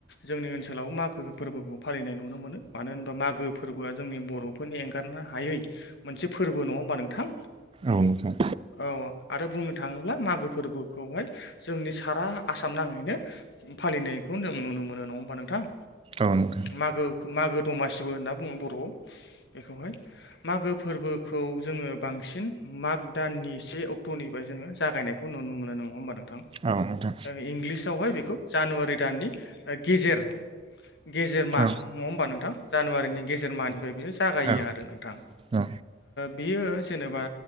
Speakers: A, on the left (about 65°); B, on the right (about 30°).
A: जोंनि ओनसोलाव मा गो फोरबोखौ फालिनाय नुनो मोनो मानो होनोबा मागो फोरबोआ जोंनि बर'फोरनि एंगारनो हायै मोनसे से फोरबो नङा होमबा नोंथां
B: औ नोंथां
A: औ आरो बुंनो थाङोब्ला मागो फोरबोखौहाय जोंनि सारा आसाम नाङैनो फालिनायखौ जों नुनो मोनो नङा होमबा नोंथां
B: औ नोंथां
A: मागो मागो दमासिबो होनना बुङो बर'आव बेखौहाय मागो फोरबोखौ जोङो बां सिन माग दाननि से अक्ट'निफ्राय जोङो जागायनायखौ नुनो मोनो नङा होमबा नों
B: औ नोंथां
A: इंलिसयावहाय बेखौ जानुवारि दाननि गेजेर गेजेर मा
B: औ
A: नङा होमबा नोंथां जानुवारिनि गेजेर माहानिफ्राय बियो जागायो
B: औ
A: आरो नोंथां
B: औ
A: बेयो जेनेबा